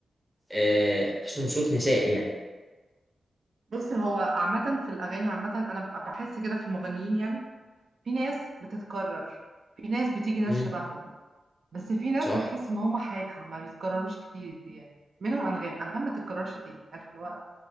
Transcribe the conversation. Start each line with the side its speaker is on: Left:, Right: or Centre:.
Centre: آه، أحسن صوت نسائي يعني
Right: بص هو عامة في الأغاني عامة أنا بحس كده في المغنيين يعني في ناس بتتكرر في ناس بتيجي ناس
Centre: مم،
Right: شبههم بس في ناس
Centre: صح
Right: بتحس ان هم حالة ما بيتكرروش كتير يعني منهم انغام انغام ما تتكررش تاني عارف اللي هو